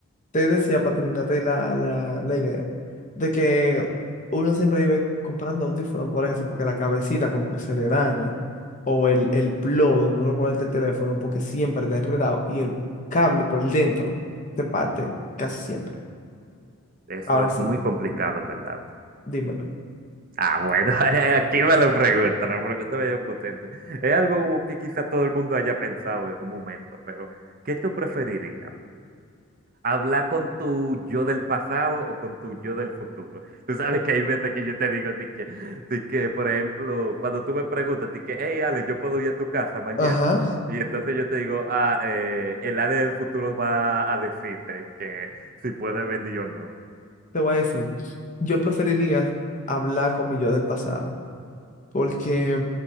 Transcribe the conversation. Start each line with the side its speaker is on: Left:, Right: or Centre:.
Left: Te decía para terminarte la, la, la idea de que uno siempre vive comprando audífonos por eso, porque la cabecita como que se le daña, o el, el plo donde uno conecta el teléfono porque siempre está enredado y el cable por dentro se parte casi siempre.
Right: Eso
Left: Ahora
Right: es
Left: sí,
Right: muy complicado, en verdad.
Left: dímelo.
Right: Ah, bueno, <laughs> aquí me lo pregunta, la pregunta medio potente. Es algo como que quizá todo el mundo haya pensado en algún momento, pero ¿qué tú preferirías? ¿Hablar con tu yo del pasado o con tu yo del futuro? Tú sabes que hay veces que yo te digo a ti que, ti que, por ejemplo, cuando tú me preguntas, ti que, hey, Ale, yo puedo ir a tu casa mañana.
Left: Ajá.
Right: Y entonces yo te digo, ah, eh, el Ale del futuro va a decirte que si puede venir o no.
Left: Te voy a decir, yo preferiría hablar con mi yo del pasado. Porque